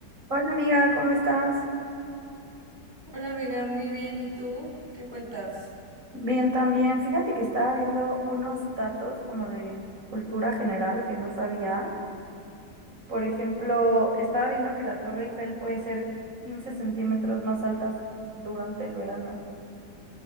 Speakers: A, on the right; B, on the right.
A: Hola amiga, ¿cómo estás?
B: Hola amiga, muy bien. ¿Y tú? ¿Qué cuentas?
A: Bien también. Fíjate que estaba viendo unos datos como de cultura general que no sabía. Por ejemplo, estaba viendo que la Torre Eiffel puede ser 15 centímetros más altas durante el verano.